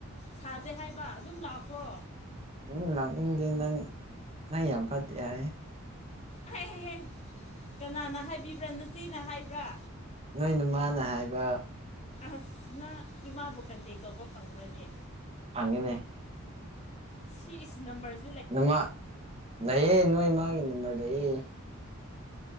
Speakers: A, on the left; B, on the right.
A: ꯁꯥꯗꯦ ꯍꯥꯏꯕ ꯑꯗꯨꯝ ꯂꯥꯛꯈ꯭ꯔꯣ
B: ꯎꯝ ꯂꯥꯛꯅꯤꯡꯗꯦ ꯅꯪ ꯅꯪ ꯌꯥꯝ ꯐꯠꯇꯦ ꯍꯥꯏ
A: ꯍꯥꯏ ꯍꯥꯏꯍ ꯀꯅꯥꯅ ꯍꯥꯏꯕꯤꯕ꯭ꯔꯥ ꯅꯆꯦꯅ ꯍꯥꯏꯕ꯭ꯔꯥ
B: ꯅꯣꯏ ꯅꯃꯥꯅ ꯍꯥꯏꯕ
A: ꯑꯁ ꯅꯪ ꯏꯃꯥꯕꯨ ꯀꯟꯇꯦꯛ ꯇꯧꯕ ꯐꯪꯕ꯭ꯔꯅꯦ
B: ꯐꯪꯉꯤꯅꯦ
A: ꯁꯤ ꯏꯁ ꯅꯝꯕꯔꯁꯨ <unintelligible>
B: ꯅꯃꯥ ꯂꯩꯌꯦ ꯅꯣꯏ ꯃꯥꯒꯤ ꯅꯝꯕꯔ ꯂꯩꯌꯦ